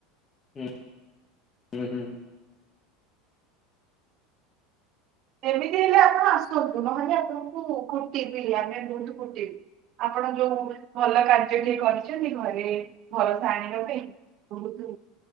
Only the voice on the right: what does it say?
ଏମିତି ହେଲେ ଆପଣ ଆସନ୍ତୁ ନହେଲେ ଆପଣଙ୍କୁ କୁଟିବି ଆମେ ବହୁତ କୁଟିବୁ। ଆପଣ ଯୋଉ ଭଲ କାର୍ଯ୍ୟ ଟିକେ କରିଚନ୍ତି ଘରେ ଭରସା ଆଣିବା ପାଇଁ ବହୁତୁ